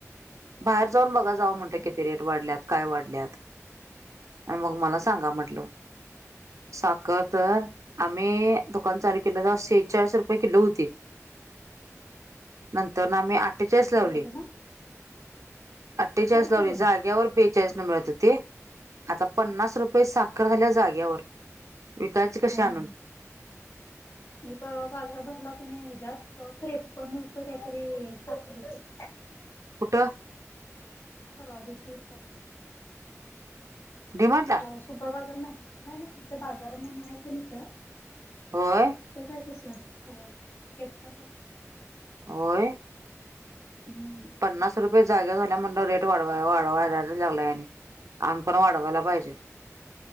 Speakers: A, on the right; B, on the left.
A: बाहेर
B: आम्ही
A: जाऊन
B: वाढवला
A: बघा जावा
B: नाही
A: म्हटल
B: म्हणा.
A: किती रेट वाढल्यात काय वाढल्यात.
B: हम्
A: आणि मग मला सांगा म्हटलं साखर तर आ मी दुकान चालू केलं तेव्हा शेहेचाळीस रुपये किलो होती.
B: मग
A: नंतर ना आमी
B: त्रेपन्न
A: अठेचाळीस
B: काहीतरी
A: लावली.
B: झालं ना
A: अठ्ठेचाळीस
B: आत्ता किती
A: लावली
B: झाले?
A: जाग्यावर बेचाळीसनं मिळतं ते. आता पन्नास
B: हा
A: रुपये साखर झाल्या जाग्यावर. विकायची
B: <unintelligible>
A: कशी आणून
B: मी परवा बाजार भरला का नाही ह्याज्यात त्रेपन्न रुपये काहीतरी साखर होती.
A: कुठं?
B: परवा दिवशी इथं आपल्या
A: डिमार्टला
B: <unintelligible> सुपर बाजार नाही, नाही नाही इथं बाजार म्हणून हाय क नाही इथं
A: होय.
B: <unintelligible> तसं होय त्रेपन्न रुपये.
A: होय.
B: हम्म.
A: पन्नास रुपये जाग्यावर झाल्या वर म्हणल्यावर रेट <unintelligible> आम्ही पण वाढवायला पाहिजे.